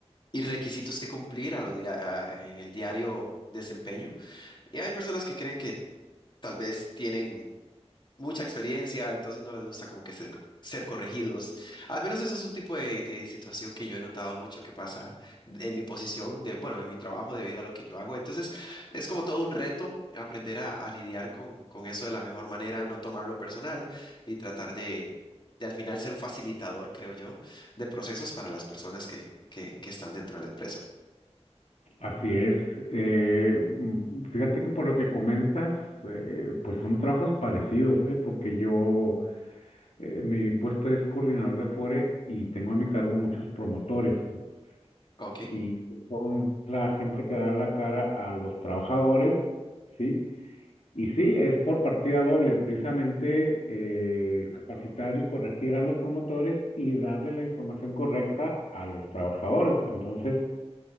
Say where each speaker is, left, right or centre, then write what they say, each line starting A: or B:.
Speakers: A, on the left; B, on the left.
A: y requisitos que cumplir a lo dia- a- en el diario desempeño. Y hay personas que creen que tal vez tienen mucha experiencia, entonces no les gusta como que ser, ser corregidos. Al menos eso es un tipo de, de situación que yo he notado mucho que pasa en mi posición, de, bueno, en mi trabajo debido a lo que yo hago. Entonces es como todo un reto aprender a, a lidiar con, con eso de la mejor manera, no tomarlo personal y tratar de, de al final ser un facilitador, creo yo, de procesos para las personas que, que, que están dentro de la empresa.
B: Así es. eh, mm, fíjate que por lo que comentas, eh, pues son trabajos parecidos, ¿eh? Porque yo, eh, mi puesto es coordinador de Afore y tengo a mi cargo muchos promotores, pues.
A: Ok,
B: y son la gente que da la cara a los trabajadores, ¿sí? Y sí, es por partida doble, precisamente eh, capacitar y corregir a los promotores y darle la información correcta a los trabajadores. Entonces,